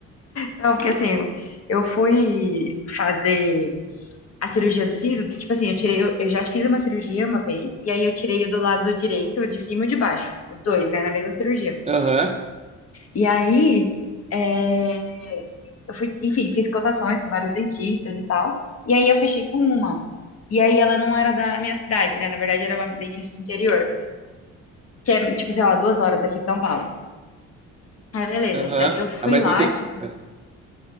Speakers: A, on the left; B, on the right.
A: Não, porque assim, eu eu fui fazer a cirurgia do siso, tipo assim, eu tirei, eu, eu já fiz uma cirurgia uma vez, e aí eu tirei o do lado direito, o de cima e o de baixo, os dois, né, na mesma cirurgia.
B: Aham,
A: E aí, é, eu fui, enfim, fiz cotações com vários dentistas e tal, e aí eu fechei com uma. E aí ela não era da minha cidade, né, na verdade era uma dentista do interior, que é, tipo, sei lá, duas horas aqui de São Paulo. Aí, beleza,
B: aham.
A: aí eu fui
B: Ah, mas
A: lá,
B: o que?
A: tipo,
B: ah,